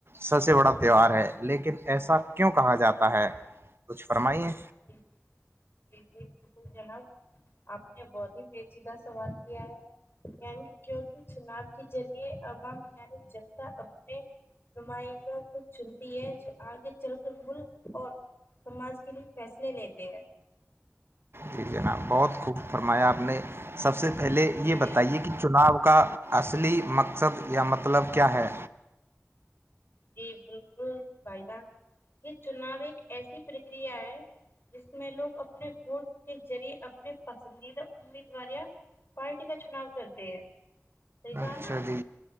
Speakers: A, on the right; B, on the left.
A: سب سے بڑا تہوہار ہے لیکن ایسا کیوں کہا جاتا ہے کچھ فرمائیے
B: ج ج جی جی بالکل جناب آپ نے بہت ہی پیچیدہ سوال ہے یعنی کیوںک چناؤ کے ذریعے عوام یعنی جنتا اپنے نمائندوں کو چنتی ہے جو آگے چل کر ملک اور سماج کے لیے فیصلے لیتے ہیں
A: جی جناب بہت خوب فرمایا آپ نے سب سے پہلے
B: جی
A: یہ بتائیے کہ چناؤ کا اصلی مقصد یا مطلب کیا ہے
B: جی بالکل بھائی جان یہ چناؤ ایک ایسی پرکریا ہے جس میں لوگ اپنے ووٹ کے ذریعے اپنے پسندیدہ امیدواریاں پارٹی کا چناؤ کرتے ہیں صحیح کہا
A: اچھا
B: نا
A: جی